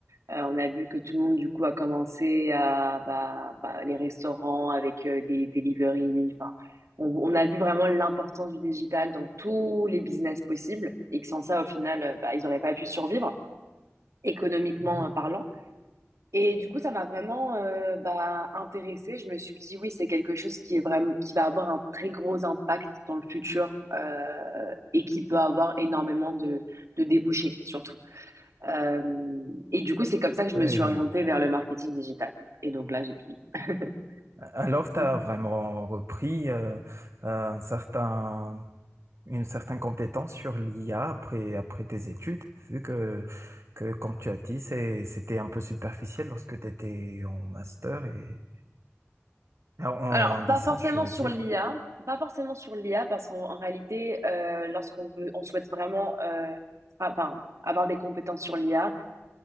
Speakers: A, on the right; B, on the right.
A: Euh, on a vu que tout le monde, du coup, a commencé à bah, bah, les restaurants avec euh, les deliveries. Enfin, on, on a vu vraiment l'importance du digital dans tous les business possibles et que sans ça, au final, euh, bah, ils n'auraient pas pu survivre économiquement
B: Mhm.
A: euh, parlant. Et du coup, ça m'a vraiment euh, bah, intéressée. Je me suis dit, oui, c'est quelque chose qui est vraiment, qui va avoir un très gros impact dans le futur euh, et qui peut avoir énormément de, de débouchés, surtout. Euh, et du coup, c'est comme ça que je
B: Oui.
A: me suis orientée vers le marketing digital. Et donc là, j'ai fini.
B: Alors, tu as
A: <clears throat>
B: vraiment
A: <laughs>
B: repris euh, un certain, une certaine compétence sur l'IA après, après tes études, vu que, que comme tu as dit, c'est- c'était un peu superficiel lorsque tu étais en master et en, en
A: Alors,
B: licence,
A: pas forcément
B: je veux
A: sur
B: dire.
A: l'IA, pas forcément sur l'IA, parce qu'en en réalité, euh, lorsqu'on veut, on souhaite vraiment, euh, tra- enfin, avoir des compétences sur l'IA,